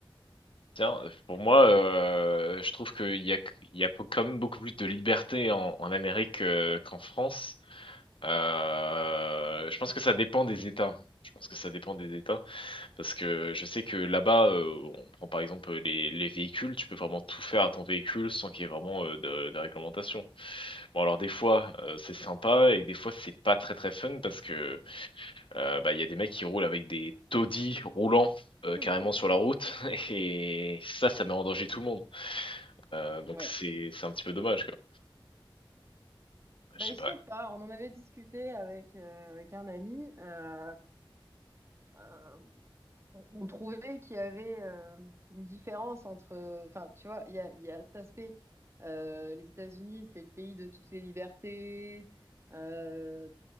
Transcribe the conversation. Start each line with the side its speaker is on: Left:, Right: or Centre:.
Left: tiens, pour moi euh, je trouve qu'il y a il y a quand même beaucoup plus de liberté en, en Amérique euh, qu'en France. Euh, je pense que ça dépend des États. Je pense que ça dépend des États. Parce que je sais que là-bas, euh, on prend par exemple euh, les, les véhicules, tu peux vraiment tout faire à ton véhicule sans qu'il y ait vraiment euh, de, de réglementation. Bon alors des fois euh, c'est sympa et des fois c'est pas très très fun parce que euh, bah, il y a des mecs qui roulent avec des taudis roulants euh,
Right: <laughs>
Left: carrément sur la route <laughs> et ça ça met en danger tout le monde. Euh, donc
Right: Ouais.
Left: c'est c'est un petit peu dommage quoi. Je
Right: Bah,
Left: sais
Right: je
Left: pas.
Right: sais pas, on en avait discuté avec, euh, avec un ami. euh, euh, on on trouvait qu'il y avait euh, une différence entre, euh, enfin, tu vois, il y a, il y a cet aspect, euh, les États-Unis, c'est le pays de toutes les libertés, euh,